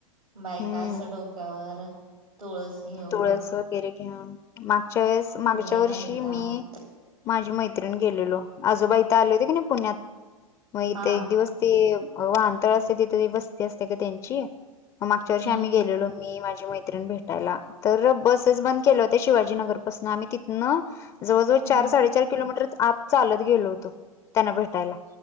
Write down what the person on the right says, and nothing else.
बायकास
डोक्यावर तुळस घेऊन.
फुगडे
घालतात
हा
हम्म
हम्म
हम्म